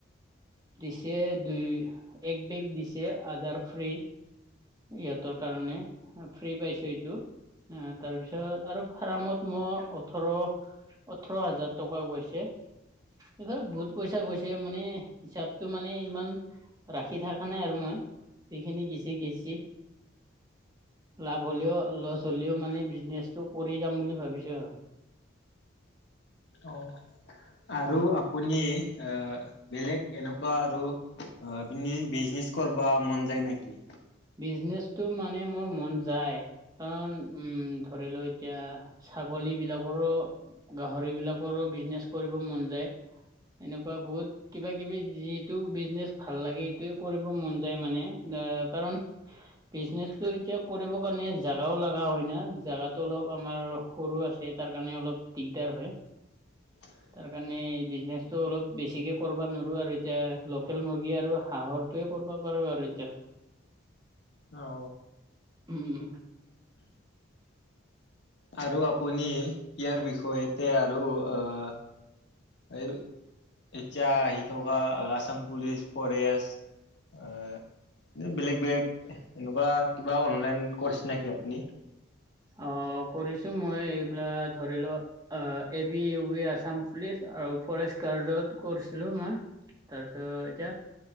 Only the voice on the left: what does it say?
অ, আৰু
আপুনি আহ বেলেগ এনেকুৱা আৰু অ বিজনেচ কৰবা মন যায় নেকি?
<unintelligible> <inaudible>
অঁ।
আৰু আপুনি ইয়াৰ বিষয়তে আৰু আহ এই এতিয়া আহি থকা আছাম পুলিচ, ফৰেষ্ট অ এ বেলেগ -বেলেগ এনেকুৱা কিবা অনলাইন কৰছে নেকি আপুনি?